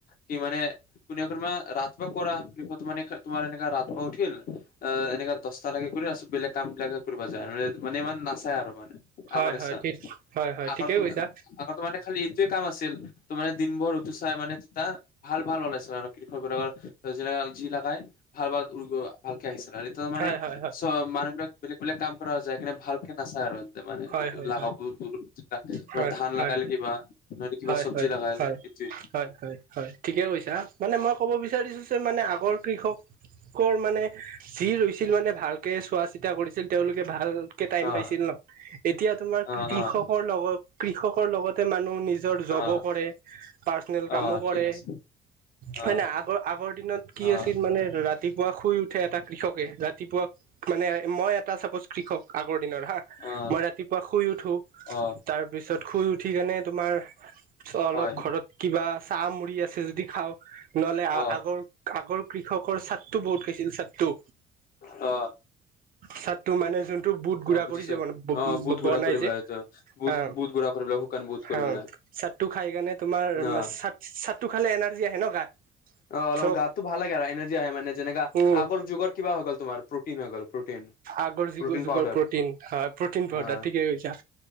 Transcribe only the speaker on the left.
কি মানে কোনে কোনবা ৰাতপুৱা কৰা কৃষত মানে তোমাৰ এনেকা ৰাতপুৱা উঠিল এহ এনেকা দচটালেকে কৰি তাপিছত বেলেগ কাম বিলাকে কৰিব যায় আৰু মানে ইমান নাচায় আৰু মানে
আগতে
চা
আগতৰ
ত
আগতে খালি এইটোৱে কাম আছিল ত মানে দিনভৰ তুচ তাই মানে তেতা ভাল ভাল ওলাইছে আৰু কৃষকবিলাকৰ অৰ্জিনাল যি লাগাই ভাল ভাল <unintelligible> আহিছা এতিয়া মানে
চ মানুহ বিলাক বেলেগ বেলেগ কাম কৰাও যায় সেকাৰণে ভালকে নাচায় আৰু এইটো মানে <unintelligible>
লাগালে
<unintelligible>
ধান
লাগালে কিবা নহলে কিবা
চব্জি
লগাইল
এইটোৱে
অ
অ
অ
অ
অ
ঠিক আছে অ
অ
অ
অ
হয়
অ
অ
অ বুজিছো
অ বুট
গুড়া
কৰি পেলাই
এইটো বুট
বুট গুড়া কৰি পেলাই শুকান বুট কৰি
পেলাই
অ',
অ অলপ
গাতটো ভাল লাগে আৰু এনাৰ্জি আহে মানে যেনেকা
আগৰ যুগৰ কিবা হৈ' গল তোমাৰ প্ৰটিন হৈ গল প্ৰটিন
প্ৰটিন
পাউদাৰ
অ',